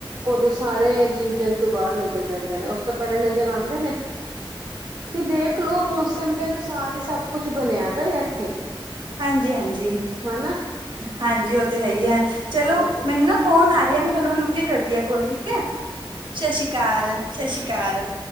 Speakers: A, on the right (about 45°); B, on the right (about 60°).
A: ਉਦੋਂ ਸਾਰੇ ਜੀਵ ਜੰਤੂ ਬਾਹਰ ਨਿਕਲ ਜਾਂਦੇ ਨੇ ਉਸ ਤੋਂ ਪਹਿਲੇ ਨਜ਼ਰ ਆਂਦੇ ਨੇ ਦੇਖਲੋ ਮੌਸਮ ਦੇ ਅਨੁਸਾਰ ਹੀ ਸਭ ਕੁਛ ਬਣਿਆ ਦਾ ਇੱਥੇ
B: ਹਾਂਜੀ, ਹਾਂਜੀ,
A: ਹਨਾ
B: ਹਾਂਜੀ ਉਹ ਤੇ ਹੈਈ ਹੈ ਚਲੋ
A: ਹਾਂਜੀ
B: ਮੈਨੂੰ ਨਾ ਫੋਨ ਆ ਰਿਹਾ ਮੈਂ ਤੁਹਾਨੂੰ ਰੁਕੇ ਕਰਦੀ ਆ ਕੋਲ ਠੀਕ ਐ ਸਤਿ ਸ਼੍ਰੀ ਅਕਾਲ, ਸਤਿ ਸ਼੍ਰੀ ਅਕਾਲ